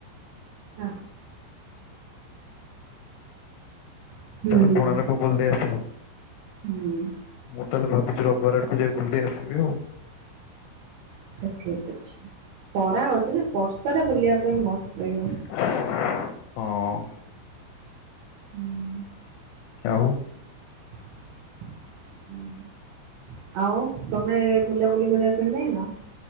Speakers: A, on the right; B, on the left.
A: ହଁ। ହଁ
B: ତାଲେ
A: ହୁଁ
B: କଣାର୍କ ବୁଲି ଦେଇ ଆସିଲ?
A: ହୁଁ।
B: ମୁଁ ତାହେଲେ ଭାବୁଛି ରବିବାର ଆଡ଼କୁ ଯାଇ ବୁଲି ଦେଇକି ଆସିବି ଆଉ।
A: ଆଛା ଠିକ୍ ଅଛି ଖରା ହଉଛିନା ବର୍ଷାରେ ବୁଲିବା ପାଇଁ ମସ୍ତ ଲାଗିବ।
B: ହଁ।
A: ହୁଁ।
B: ଆଉ?
A: ହୁଁ। ଆଉ ତମେ ବୁଲାବୁଲି କରିବା ପାଇଁ ଯାଇନ?